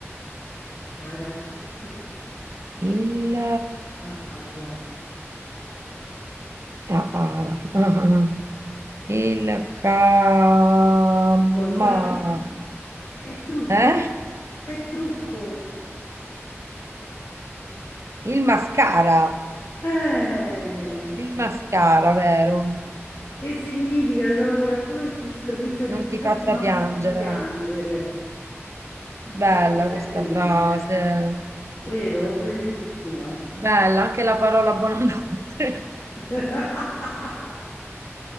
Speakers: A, on the left; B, on the right.
A: ara. <laughs>
B: il
A: Ah, ara.
B: Ah, ah, Il cama,
A: Oh, Cioè, che- è trucco,
B: eh?
A: è trucco.
B: Il mascara,
A: Eh,
B: il mascara, vero?
A: che significa? Trova qualcuno e ti stropiccia di
B: Non
A: baci,
B: ti faccia
A: no,
B: piangere.
A: che ti fa piangere.
B: Bella
A: Che carina,
B: questa frase.
A: eh. vero? Bellissima.
B: Bella anche la parola buonanotte.
A: <laughs>